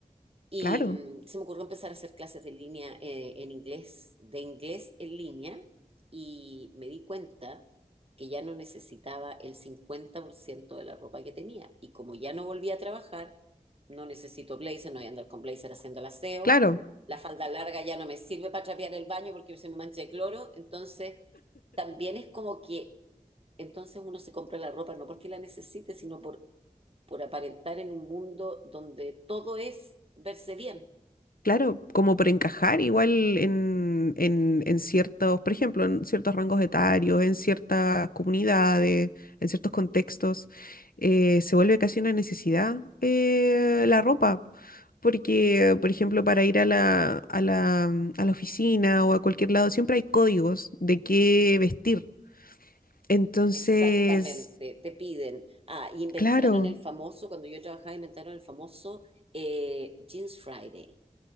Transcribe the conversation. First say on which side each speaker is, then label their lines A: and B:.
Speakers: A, on the right; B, on the left.
A: Y
B: claro,
A: mm, se me ocurrió empezar a hacer clases de línea eh, en inglés, de inglés en línea, y me di cuenta que ya no necesitaba el 50% de la ropa que tenía. Y como ya no volví a trabajar, no necesito blazer, no voy a andar con blazer haciendo el aseo.
B: claro.
A: La falda larga ya no me sirve para trapear el baño porque se me mancha de cloro. Entonces, también es como que entonces uno se compra la ropa no porque la necesite, sino por, por aparentar en un mundo donde todo es verse bien.
B: Claro, como por encajar igual en, en, en ciertos, por ejemplo, en ciertos rangos etarios, en ciertas comunidades, en ciertos contextos, eh, se vuelve casi una necesidad eh, la ropa. Porque, por ejemplo, para ir a la, a la, mm, a la oficina o a cualquier lado, siempre hay códigos de qué vestir. Entonces,
A: Exactamente, te piden. Ah, y inventaron
B: claro.
A: el famoso, cuando yo trabajaba, inventaron el famoso eh, Jeans Friday